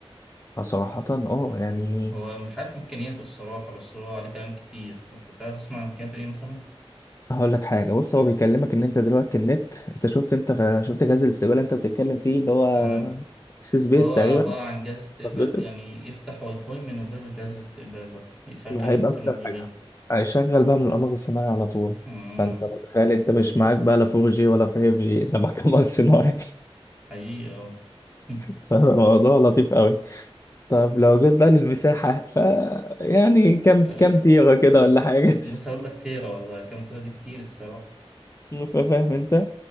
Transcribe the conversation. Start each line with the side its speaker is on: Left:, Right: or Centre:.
Left: آه، صراحه اه يعني
Centre: هو أنا مش عارف امكانياته الصراحه بس هو عليه كلام كتير انت تعرف تسمع امكانياته ايه مثلا
Left: هقول لك حاجه بص هو بيكلمك ان انت دلوقتي النت انت شفت انت غ- شفت جهاز الاستقبال اللي انت بتتكلم فيه اللي هو
Centre: مم.
Left: سي سبيس
Centre: هو
Left: تقريبا
Centre: عباره عن جهاز استقبال
Left: سبيس
Centre: يعني يفتح واي فاي من غير جهاز الاستقبال ده يشغل
Left: هيبقى
Centre: نت
Left: مجال
Centre: من غير
Left: حاجه
Centre: جهاز
Left: هيشغل بقى من القمر الصناعي على طول
Centre: مم.
Left: فانت متخيل انت مش معاك بقى لا 4G ولا 5G انت معاك قمر صناعي
Centre: حقيقي اه <laughs>
Left: <laughs> فالموضوع لطيف قوي طب لو جيت بقى للمساحة ف يعني كام كام
Centre: آه،
Left: تيرة كده
Centre: آه،
Left: ولا حاجة
Centre: لسه هقول لك تيرا والله كام تيرا دي كتير الصراحة
Left: <laughs> فاهم انت